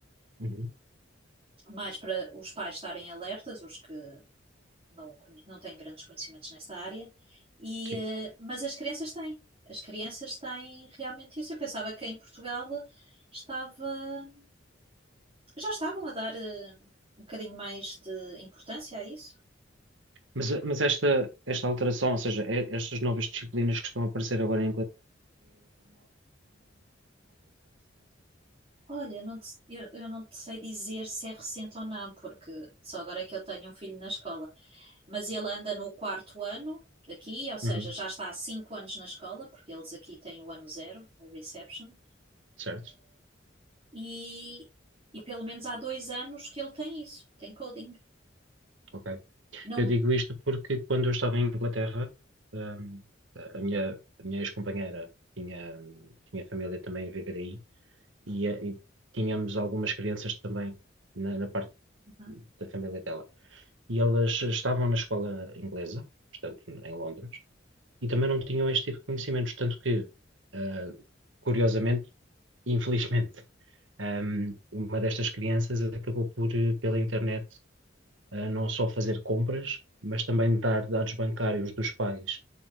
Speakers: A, on the right (about 85°); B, on the right (about 30°).
A: Uhum,
B: mais para os pais estarem alertas, os que não, não têm grandes conhecimentos nessa área, e,
A: sim.
B: eh, mas as crianças têm. As crianças têm realmente isso. Eu pensava que em Portugal estava, já estavam a dar eh, um bocadinho mais de importância a isso.
A: Mas, mas esta, esta alteração, ou seja, e- estas novas disciplinas que estão a aparecer agora
B: Olha, não te- eu, eu não te sei dizer se é recente ou não, porque só agora é que eu tenho um filho na escola. Mas ele anda no quarto ano daqui, ou seja,
A: Uhum,
B: já está há cinco anos na escola, porque eles aqui têm o ano zero, a reception.
A: certo,
B: E, e pelo menos há dois anos que ele tem isso, tem coding.
A: ok.
B: Não
A: Eu digo isto porque quando eu estava em Inglaterra, ahm, a minha, a minha ex-companheira tinha, tinha família também a viver aí e, eh, e tínhamos algumas crianças também na, na parte
B: Uhum.
A: da família dela. E elas estavam na escola inglesa, portanto, em Londres, e também não tinham este tipo de conhecimentos, tanto que, ah, curiosamente, <laughs> infelizmente, ahm, uma destas crianças acabou por, eh, pela internet, eh, não só fazer compras, mas também dar dados bancários dos pais,